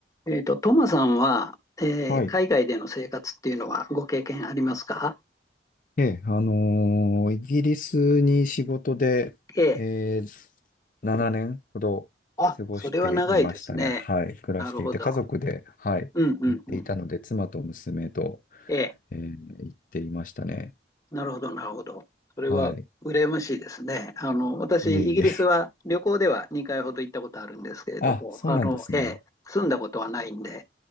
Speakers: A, on the left; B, on the left.
A: えっと、トマさんは、えー海外での生活っていうのはご経験ありますか
B: はい。ええ、あのーイギリスに仕事で、
A: ええ。
B: えー、7年ほど過ごしていましたね。
A: あ、それは長いですね。
B: はい。暮らしていて、
A: なるほど。
B: 家族で、はい、
A: うんうんうん。
B: 行っていたので、妻と娘と、
A: ええ。
B: えー行っていましたね。
A: なるほど、なるほど。それは羨ましいですね。
B: はい。
A: あの、私、
B: いえいえ。
A: イギリスは旅行では2回ほど行ったことあるんですけれども、
B: <laughs> あ、そうなんですね。
A: あの、ええ、住んだことはないんで、